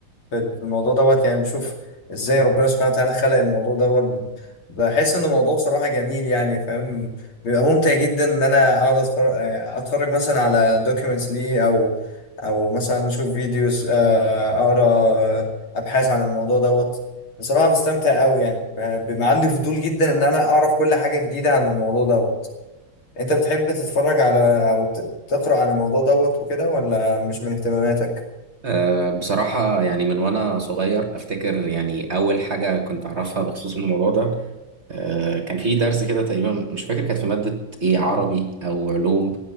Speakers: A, on the left; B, on the right.
A: في في الموضوع دوت يعني بشوف ازاي ربنا سبحانه وتعالى خلق الموضوع دوت بحس ان الموضوع صراحة جميل يعني فاهم بيبقى ممتع جدا ان انا اقعد اتفرج اتفرج مثلا على دوكيومنتس ليه او او مثلا اشوف فيديوز اقرا ابحاث عن الموضوع دوت بصراحة بستمتع قوي يعني ب- بيبقى عندي فضول جدا ان انا اعرف كل حاجة جديدة عن الموضوع دوت انت بتحب تتفرج على او ت- تقرأ عن الموضوع دوت وكده ولا مش من اهتماماتك
B: أه بصراحة يعني من وأنا صغير أفتكر يعني أول حاجة كنت أعرفها بخصوص الموضوع ده آه، كان في درس كده تقريبا مش فاكر كانت في مادة ايه عربي او علوم